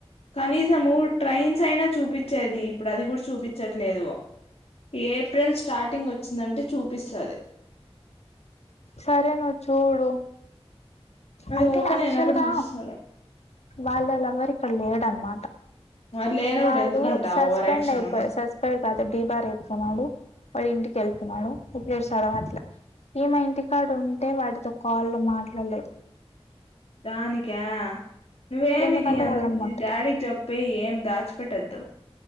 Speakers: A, on the left; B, on the left.
A: కనీసమూ ట్రైన్స్ అయినా చూ పిచ్చేది ఇప్పుడు అది కూడా చూపిచ్చట్లేదు ఏప్రిల్ స్టార్టింగ్ వచ్చిందంటే చూప్ ప్పిస్తది
B: సరే నువ్వు చూడు
A: అది
B: అంటే
A: ఓపెన్
B: యాక్చువల్
A: అయినప్పుడు
B: గా
A: జూస్సారు
B: వాళ్ళ లవర్ ఇక్కడ లేడన్నమాట
A: మరి లేనప్పుడు
B: వాడు
A: ఎందుకంట
B: సస్పెండ్
A: ఓవర్ యాక్షను
B: అయిపోయె సస్పెండ్ కాదు. డీబార్ అయిపోయినాడు వాడు ఇంటికి తెల్తున్నాడు ప్పుట్లేడు సదవట్లా ఈ మా ఇంటికాడుంటే వాడితో కాల్లో మాట్లాడలేదు.
A: దానికా నువ్వేమిది
B: ఎందుకంటే వాళ్ళమ్మ ఉంటది
A: డాడీకి చెప్పై ఏమి దాచు పెటద్దు